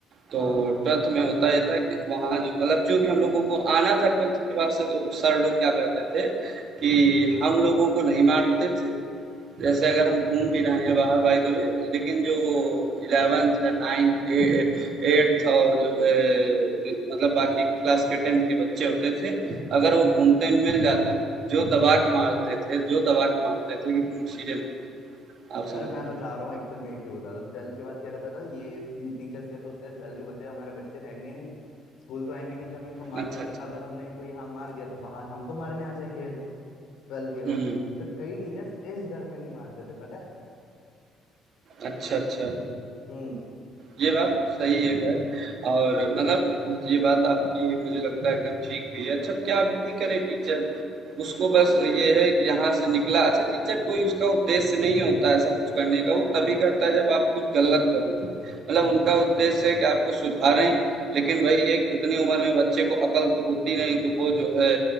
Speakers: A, on the right; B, on the left.
A: तो
B: हाँ
A: ट्वेल्थ में होता ये था कि वहाँ जो मतलब चूंकि हम लोगों को आना था ट्वेल्थ के बाद से तो वो सर लोग क्या करते थे कि हम लोगों को नहीं मारते थे जैसे अगर हम घूम भी रहे हैं बाहर बाय द वे, लेकिन जो 11th या 9th ए 8th और जो है मतलब बाकी क्लास के 10th के बच्चे होते थे, अगर
B: हम्म
A: वो घूमते मिल जाते थे, जो दबा के मारते थे जो दबा के मारते थे कि पूछिए मत, आप
B: अरे
A: समझ
B: मैं
A: लो।
B: बता रहा हूँ एक्चुअल में ये क्यों होता था तो ट्वेल्थ के बाद क्या रहता था ये टीचर्स क्या सोचते हैं ट्वेल्थ के बाद तो हमारे बच्चे रहेंगे नहीं स्कूल तो आएंगे नहीं जो हम इनको मार
A: अच्छा,
B: सके
A: अच्छा।
B: अगर हमने इनको यहाँ मार दिया तो बाहर हमको मारने आ जाएंगे ये लोग ट्वेल्थ के बाद
A: हुँ,
B: तो कई टीचर्स इस डर में नहीं मारते थे पता है
A: अच्छा, अच्छा।
B: हम्म
A: ये बात तो सही है खैर और मतलब ये बात आपकी मुझे लगता है एकदम ठीक भी है। अच्छा क्या भी करे टीचर, उसको बस ये है कि यहाँ से निकला अच्छा टीचर कोई उसका उद्देश्य नहीं होता ऐसा कुछ करने का, वो तभी करता है जब आप कुछ गलत करोगे। मतलब
B: हम्म
A: उनका उद्देश्य है कि आपको सुधारें, लेकिन वही है कि उतनी उम्र में बच्चे को अकल तो होती नहीं, तो वो जो है